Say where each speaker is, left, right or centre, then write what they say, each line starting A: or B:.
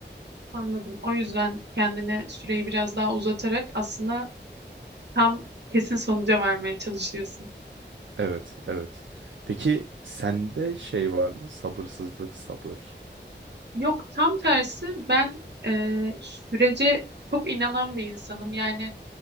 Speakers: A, on the right; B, on the right.
A: Anladım. O yüzden kendine süreyi biraz daha uzatarak aslında tam kesin sonuca varmaya çalışıyorsun.
B: Evet, evet. Peki sende şey var mı? Sabırsızlık, sabır.
A: Yok, tam tersi. Ben eee, sürece çok inanan bir insanım. Yani